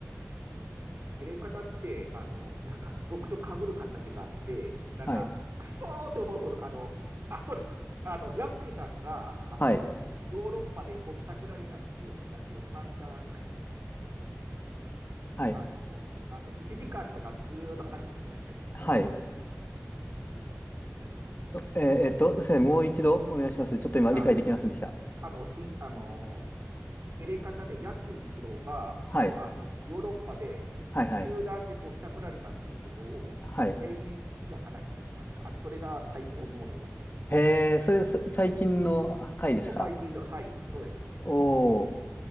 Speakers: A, on the right; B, on the left.
A: あの、エレカタって、あの、なんか僕と被る形があって、なんか、
B: はい。
A: くそーと思うことが、あの、あ、そうだ、あの、やついさんが、あの、
B: はい。
A: ヨーロッパでぼったくられたっていう話を散々、
B: はい。
A: あの、あの1時間にわたってずーっと話をしてましたね。
B: はい。
A: うん
B: えーえっと、すいませんもう一度お願いします。ちょっと今理解できませんでした。
A: あ、あの、い、あの、入れ方で、やつい一郎が、
B: はい。
A: あの、ヨーロッパで集団でぼったくられたっていうことを、
B: はい、はい。はい。
A: 延々1時間話していました。あれ、それが最高に面白かったです。
B: へえ、それ、そ最近の回ですか
A: もう最近の、はい、そうです。
B: おー。